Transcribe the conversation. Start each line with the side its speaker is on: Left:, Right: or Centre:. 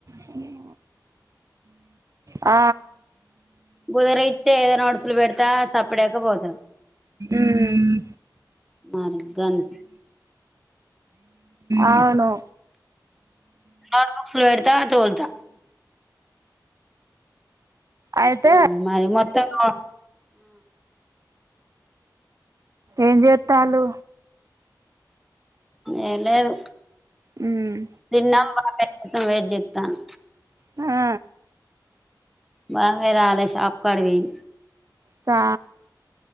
Right: అ ఆ
Centre: బుదరిచ్చే ఏదో నోట్సులు పెడతా సప్పడేక పోతడ్
Right: ఉమ్
Centre: మార్గానా
Right: ఆవును
Centre: నోట్ బుక్స్లు పేడతా తోల్తా
Right: అయితే
Centre: మరి మొత్తం ఆ
Right: ఏం చేస్తాలు
Centre: ఏ లేదు
Right: ఉమ్
Centre: తిన్నం బాబాయ్ కోసం వెయిట్ చేస్తానం
Right: ఆ
Centre: బాబాయ్ రాలే షాప్ కాడికి పోయి
Right: క్క